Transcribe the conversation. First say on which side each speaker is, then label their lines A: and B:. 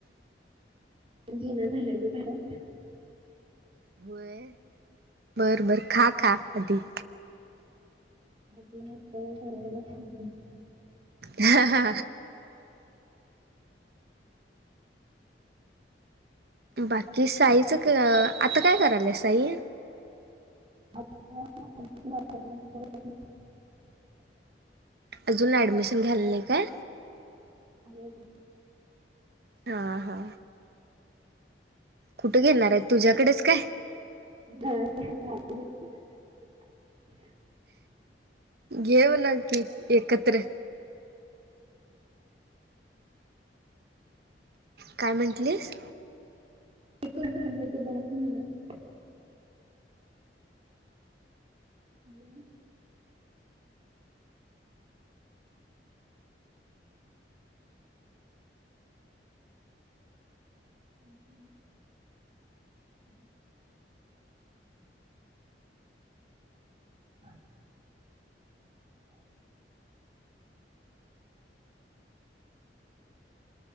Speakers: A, on the right; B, on the right.
A: घेईना झालं ग घरात.
B: होय? बर बर खा खा आधी.
A: <unintelligible>
B: ह हा बाकी साईच क आता काय करालाय साई?
A: <unintelligible>
B: अजून ऍडमिशन घ्याले नाही काय?
A: हम्
B: हा हा कुठे घेणार आहेत तुझ्याकडेच काय?
A: <unintelligible>
B: घे म्हणाव की एकत्र काय म्हटलीस
A: एकच झालंय त बास म्हणटल हॅलो हम् हम् हम् हा हम हम